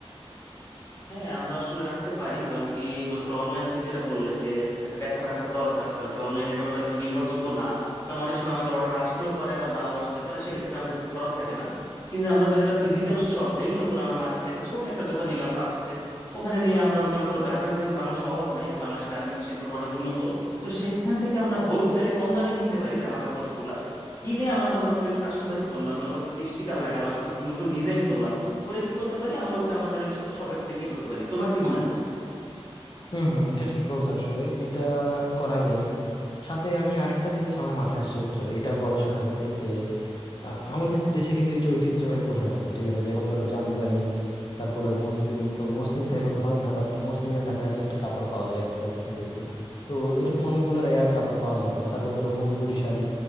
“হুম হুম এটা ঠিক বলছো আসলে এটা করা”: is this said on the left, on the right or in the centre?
Left